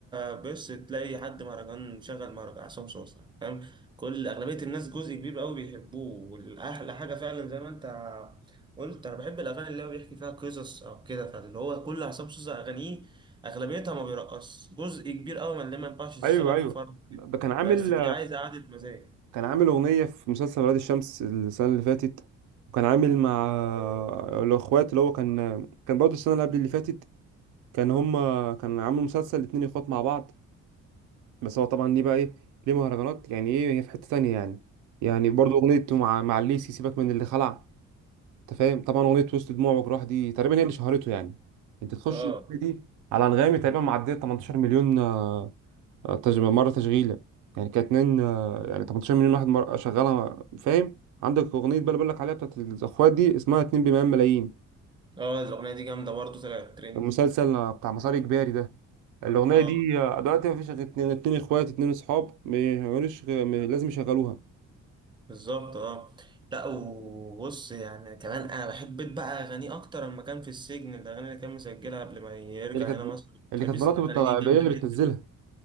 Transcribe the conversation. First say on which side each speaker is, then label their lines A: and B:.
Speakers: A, on the right (about 15°); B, on the right (about 80°).
A: بس تلاقي حد مهرجان شغل مهرجان عصام صاصا فاهم كل اغلبيه الناس جزء كبير قوي بيحبوه والاحلى حاجه فعلا زي ما انت قلت انا بحب الاغاني اللي هو بيحكي فيها قصص او كده فاللي هو كل عصام صاصا اغانيه اغلبيتها ما بيرقص جزء كبير قوي من اللي ما ينفعش تشتغل
B: ايوه ايوه
A: في فرق
B: ب- كان عامل
A: بس دي عايزه قعده مزاج
B: كان عامل اغنيه في مسلسل ولاد الشمس السنه اللي فاتت وكان عامل مع الاخوات اللي هو كان كان برضه السنه اللي قبل اللي فاتت كان هما كان عامل مسلسل الاتنين اخوات مع بعض بس هو طبعا ليه بقى ايه ليه مهرجانات يعني ايه هي في حته تانية يعني يعني برضه اغنيه مع مع الليسي سيبك من اللي خلع انت فاهم طبعا اغنيه وسط دموع وجراح دي تقريبا هي اللي شهرته يعني انت تخش
A: اه
B: الاغنيه دي على انغامي تقريبا معديه 18 مليون آه، آه، تج- مره تشغيله يعني كانت اتنين آه، يعني 18 مليون واحد مرة شغالها فاهم عندك اغنيه بقى اللي بقول لك عليها بتاعت الاخوات دي اسمها 2 بمئة ملايين
A: اه الاغنيه دي جامده برضه طلعت ترند
B: المسلسل آه، بتاع مسار اجباري ده الاغنيه
A: اه
B: دي آه، دلوقتي ما فيش غير اتنين اتنين اخوات اتنين اصحاب ما يعملوش غير- ما- لازم يشغلوها
A: بالظبط اه لا وبص يعني كمان انا بحب بيت بقى اغانيه اكتر لما كان في السجن الاغاني اللي كان مسجلها قبل ما يرجع
B: اللي كانت
A: هنا مصر
B: اللي
A: فبس
B: كانت مراته
A: الاغاني
B: بتطلع
A: دي جامده
B: هي اللي بتنزلها
A: جدا